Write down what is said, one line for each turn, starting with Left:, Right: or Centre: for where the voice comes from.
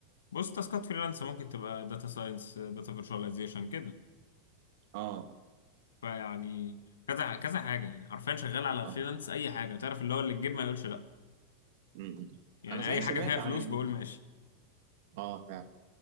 Left: بص تاسكات فريلانس ممكن تبقى داتا ساينس داتا فيرتشواليزيشن كده
Right: أه
Left: فيعني كذا كذا حاجة يعني حرفيا شغال على
Right: أه
Left: فريلانس اي حاجة تعرف اللي هو اللي تجيب ما يقولش لا
Right: امم.
Left: يعني
Right: انا صحيح
Left: اي
Right: سمعت
Left: حاجة فيها فلوس
Right: عن ال-
Left: بقول ماشي
Right: اه فعلا